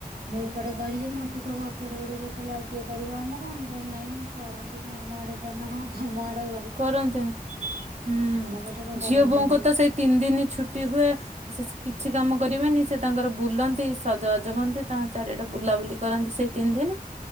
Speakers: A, on the right (about 80°); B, on the right (about 50°).
A: ମୁଁ ଏପଟେ କହିଲିଯେ ମତେ ସବୁ ହସରେ ଉଡେଇଲେ ହେଲେ ଆଉ କିଏ କରିବ ଆମର ମୁଁ କଇଲି ନାଇଁ କରନ୍ତିନି ଆମ ଆଡେ ତ ନାହଁ ତମ ଆଡ
B: କରନ୍ତେଣି, ହୁଁ
A: ପଟେ ତ କରନ୍ତିନି
B: ଝିଅ ବୋଉଙ୍କତ
A: କିଛି।
B: ସେଇ ତିନି ଦିନି ଛୁଟି ହୁଏ। ସେସେ କିଛି କାମ କରିବେନି ସେ ତାଙ୍କର ବୁଲନ୍ତି ସଜବାଜ ହୁଅନ୍ତି ତାଙ୍କ ଚାରିଆଡେ ବୁଲାବୁଲି କରନ୍ତି ସେଇ ତିନି ଦିନ।